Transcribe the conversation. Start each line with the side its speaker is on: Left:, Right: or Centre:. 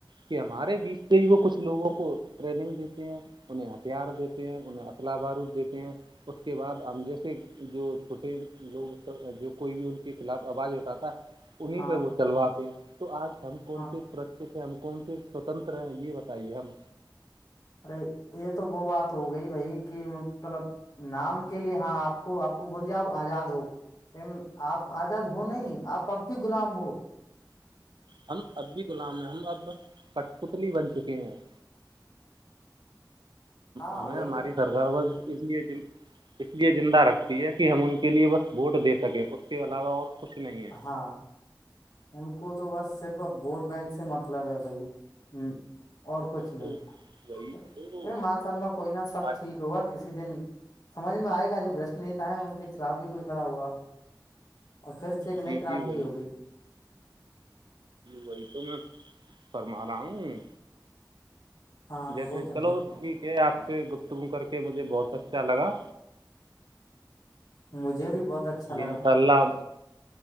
Right: کہ ہمارے بیچ سے ہی وہ کچھ لوگوں کو ٹریننگ دیتے ہیں انہیں ہتھیار دیتے ہیں انہیں اطلا بارود دیتے ہیں اس کے بعد ہم جیسے جو چھوٹے لوگ جو کوئی بھی ان کے خلاف آواز اٹاتا انہیں
Left: ہاں
Right: پہ وہ چلواتے ہیں تو آج ہم کون
Left: ہاں
Right: سےی سرکے سے ہم کون سے سوتنتر ہیں یہ بتائیے ہم
Left: ارے یہ تو وہ بات ہو گئی بھائی کہ مطلب نام کے لیے ہاں آپ کو آپ کو بول جیاؤ آزاد ہو پ آپ آزاد ہو نہیں آپ اب بھی غلام ہو
Right: ہم اب بھی غلام ہیں ہم اب پٹ پتلی بن چکے ہیں
Left: ہاں
Right: ہمیں
Left: وہی
Right: ہماری
Left: تو
Right: سرکار و ا لی اس لیے زندہ رکھتی ہے کہ ہم ان کے لیے بس ووٹ دے سکیں اس کے علاوہ اور کچھ نہیں ہے
Left: ہاں ان کو تو بس صرف ووٹ بینک سے مطلب ہے بھائی ہ اور کچھ نہیں
Right: تو وہی تو
Left: ماشاء اللہ کوئی نہ سب
Right: آج
Left: ٹھیک ہوا کسی دن سمجھ میں آئے گا جو برشٹ نتا ہے ان کے خلاف بھی کوئی کھڑا ہوگا اور پھر سے ایک نئی
Right: جی
Left: کرانتی
Right: جی وہی
Left: ہوگی
Right: وہی تو میں فرما رہا ہوں
Left: ہاں
Right: جیسے
Left: وہ تو
Right: چلو
Left: ہے
Right: ٹھیک ہے آپ سے گفتگو کر کے مجھے بہت اچھا لگا
Left: مجھے بھی بہت اچھا لگا
Right: جی انشاء اللہ